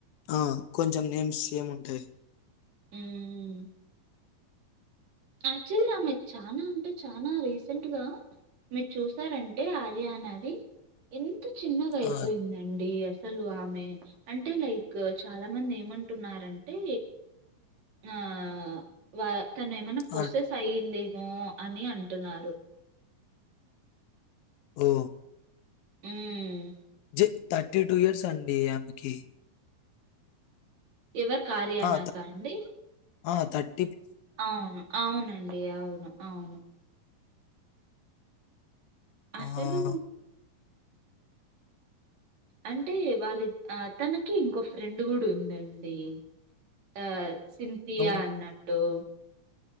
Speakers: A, on the left; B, on the right.
A: ఆ కొంచెం నేమ్స్ ఏముంటాయి
B: హ్మ్. యాక్చువల్లీ ఆమె చానా అంటే చానా రీసెంట్గా, మీరు చూసారంటే ఆర్యానాది ఇన్ చిన్నగా అయిపోయిందండి
A: ఆ!
B: అస్ అసలు ఆమె అంటే లైక్ చాలా మంది ఏమంటున్నారుంటే, ఆ వా తను ఏమన్ పొసెస్
A: ఆ!
B: అయింది. మో అని అంటున్నారు.
A: ఓ
B: ఉమ్
A: జె థర్టీ టూ ఇయర్స్ అండి ఆమెకి.
B: ఎవర్ కార్యయానాకా
A: ఆ!
B: అండి.
A: ఆ థట్
B: అవును అవునండి అవును. అవును అసలు
A: ఆహ్,
B: అంటే వాళ్ళ తనకి ఇంకో ఫ్రెండ్ కూడ ఉందండి. ఆ సింతియా
A: ఎవరండి?
B: అన్నట్టు